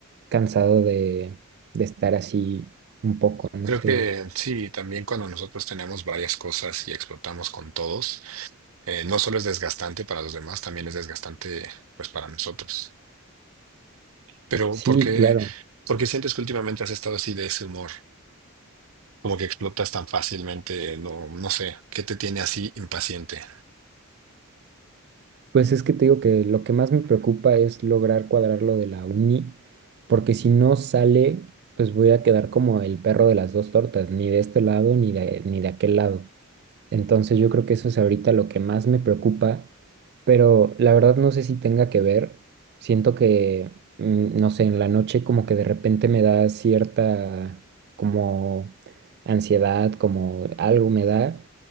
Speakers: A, on the right (about 50°); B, on the right (about 70°).
A: cansado de, de estar así un poco, no
B: Creo
A: sé.
B: que sí, también cuando nosotros tenemos varias cosas y explotamos con todos, eh, no solo es desgastante para los demás, también es desgastante pues para nosotros. Pero
A: Sí,
B: ¿por qué,
A: claro.
B: por qué sientes que últimamente has estado así de ese humor? como que explotas tan fácilmente, no, no sé, ¿qué te tiene así impaciente?
A: Pues es que te digo que lo que más me preocupa es lograr cuadrar lo de la uni, porque si no sale, pues voy a quedar como el perro de las dos tortas, ni de este lado ni de, ni de aquel lado. Entonces yo creo que eso es ahorita lo que más me preocupa, pero la verdad no sé si tenga que ver. Siento que, mm, no sé, en la noche como que de repente me da cierta como ansiedad, como algo me da